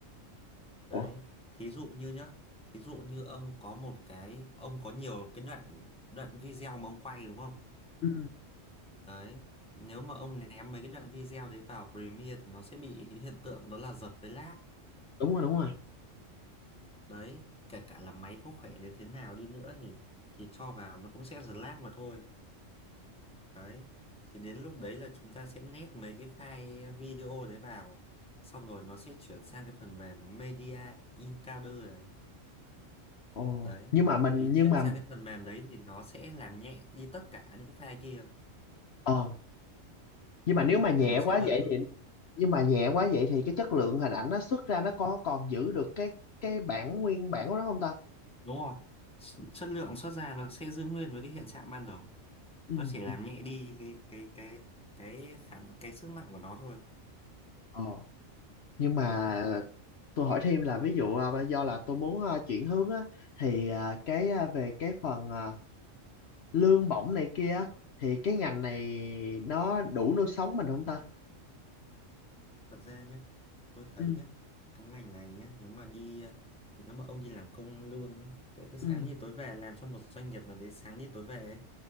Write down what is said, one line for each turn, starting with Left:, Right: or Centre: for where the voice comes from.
Centre: Đấy,
Left: ủa
Centre: thí dụ như nhá, thí dụ như ông có một cái, ông có nhiều cái đoạn đoạn video mà ông quay đúng không?
Left: ừ
Centre: Đấy, nếu mà ông ném mấy cái đoạn video đấy vào Premiere thì nó sẽ bị hiện tượng đó là giật với lag.
Left: đúng rồi đúng rồi
Centre: Đấy, kể cả là máy có khỏe đến thế nào đi nữa thì thì cho vào nó cũng sẽ giật lag mà thôi. Đấy, thì đến lúc đấy là chúng ta sẽ nét mấy cái file video đấy vào, xong rồi nó sẽ chuyển sang cái phần mềm Media Encoder đấy.
Left: ồ
Centre: đấy
Left: nhưng mà mình
Centre: thì
Left: nhưng
Centre: chuyển
Left: mà
Centre: sang cái phần mềm đấy thì nó sẽ làm nhẹ đi tất cả những cái file kia
Left: ờ nhưng
Centre: đấy
Left: mà nếu mà nhẹ
Centre: là nó sẽ
Left: quá
Centre: mượt
Left: vậy
Centre: hơn
Left: thì nhưng mà nhẹ quá vậy thì cái chất lượng hình ảnh nó xuất ra nó có còn giữ được cái cái bản nguyên bản của nó không ta
Centre: đúng rồi S- chất lượng xuất ra nó sẽ giữ nguyên với cái hiện trạng ban đầu
Left: ừ
Centre: nó chỉ làm
Left: ừ.
Centre: nhẹ đi cái cái cái cái khả cái sức nặng của nó thôi
Left: ờ nhưng mà
Centre: đấy
Left: tôi hỏi thêm là ví dụ à, do là tôi muốn à, chuyển hướng á thì à, cái à, về cái phần à, lương bổng này kia á, thì cái ngành này nó đủ nuôi sống mình không ta
Centre: thật ra nhá tôi thấy
Left: ừ
Centre: nhá cái ngành này nhá nếu mà đi ờ, nếu mà ông đi làm công ăn lương nhá kiểu cứ sáng
Left: ừ
Centre: đi tối về làm cho một doanh nghiệp nào đấy sáng đi tối về ấy.